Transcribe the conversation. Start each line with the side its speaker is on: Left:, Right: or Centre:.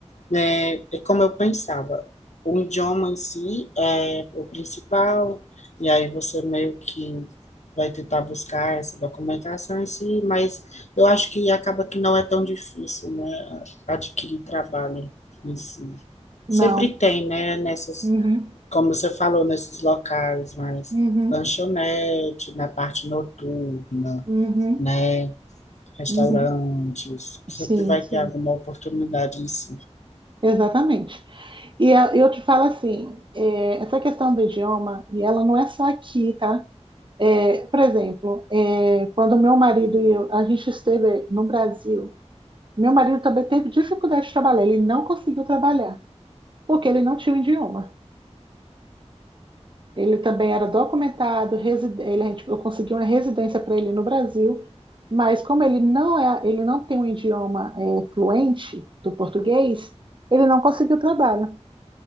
Left: né, é como eu pensava, o idioma em si é o principal, e aí você meio que vai tentar buscar essa documentação em si, mas eu acho que acaba que não é tão difícil, né, adquirir trabalho em si.
Right: Não.
Left: Sempre tem, né, nessas,
Right: Uhum,
Left: como você falou, nesses locais, mas
Right: uhum,
Left: lanchonete, na parte noturna,
Right: uhum,
Left: né? restaurantes,
Right: uhum.
Left: sempre
Right: Sim,
Left: vai
Right: sim.
Left: ter alguma oportunidade em si.
Right: Exatamente. E eu eu te falo assim, é, essa questão do idioma, e ela não é só aqui, tá? É, por exemplo, é, quando meu marido e eu, a gente esteve no Brasil, meu marido também teve dificuldade de trabalhar, ele não conseguiu trabalhar, porque ele não tinha o idioma. Ele também era documentado, resi- ele, a gente, eu consegui uma residência para ele no Brasil, mas como ele não é, ele não tem um idioma é, fluente do português, ele não conseguiu trabalho.